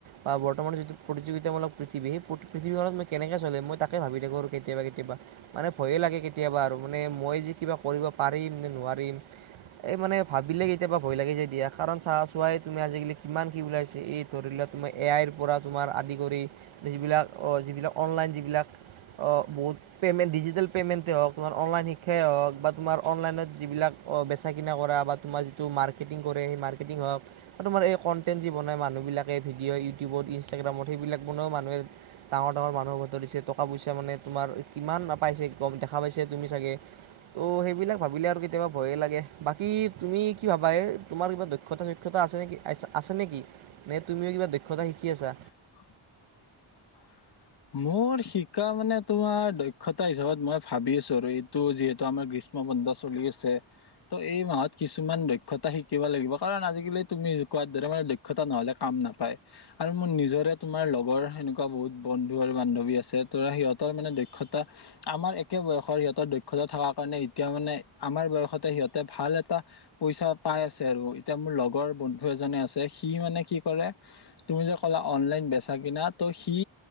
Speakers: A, on the right; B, on the left.
A: বা বৰ্তমান যিটো প্ৰতিযোগিতামলক পৃথিৱী সেই পৃথিৱীখনত মই কেনেকৈ চলে মই তাকে ভাবি থাকো কেতিয়াবা কেতিয়াবা মানে ভয়ে লাগে কেতিয়াবা আৰু মানে মই যে কিবা কৰিব পাৰিম নে নোৱাৰিম। এই মানে ভাবিলে কেতিয়াবা ভয় লাগি যায় দিয়া কাৰণ চাহ চোৱাই তুমি আজিকালি কিমান কি ওলাইছে এই ধৰি লোৱা। তোমাৰ এ আইৰ পৰা তোমাৰ আদি কৰি যিবিলাক যিবিলাক অনলাইন যিবিলাক অ বহুত পে'মেণ্ট ডিজিটেল পে'মেণ্টেই হওক তোমাৰ অনলাইন শিক্ষাই হওক বা তোমাৰ অনলাইনত যিবিলাক বেচা কিনা কৰা। বা তোমাৰ যিটো মাৰ্কেটিং কৰে সেই মাৰ্কেটিং হওক বা তোমাৰ এই কনটেণ্ট যে বনাই মানুহ বিলাকে ভিডিও ইউটিউবত ইনষ্টাগ্ৰামত সেইবিলাকা বনাইও মানুহে ডাঙৰ ডাঙৰ মানুহক ঘতৰিছে টকা পইচ মানে তোমাৰ কিমান নাপাইছে কম দেখা পাইছে তুমি চাগে ত' সেইবিলাক ভাবিলে আৰু কেতিয়াবা ভয়ে লাগে বাকী। কি তুমি কি ভাবা এ তোমাৰ কিবা দক্ষতা সক্ষ্তা আছে নেকি আছে নেকি নে তুমিও কিবা দক্ষ তা শিকি আছা।
B: <unintelligible> মোৰ শিকা মানে তোমাৰ দক্ষতা হিচাপত মই ভাবি আছো আৰু এইটো যিহেতু আমাৰ গ্ৰীষ্ম বন্ধ চলি আছে ত' এই মাহত কিছুমান দক্ষতা শিকিব লাগিব কাৰণ আজিকালি তুমি কোৱাৰ দৰে মে দক্ষতা নহলে কাম নাপায় আৰু মোৰ নিজৰে তোমাৰ লগৰ সেনেকোৱা বহুত বন্ধু আৰু বান্ধৱী আছে তো সিহঁতৰ মানে দক্ষতা আমাৰ একে বয়সৰ সিহঁতৰ দক্ষতা থকা কা ৰণে মানে এতিয়া মানে আমাৰ বয়সতে সিহঁতে ভাল এটা পইচা পাই আছে আৰু এতিয়া মোৰ লগৰ বন্ধু এজনে আছে সি মানে কি কৰে তুমি যে ক'লা অনলাইন বেচা কিনা ত' সি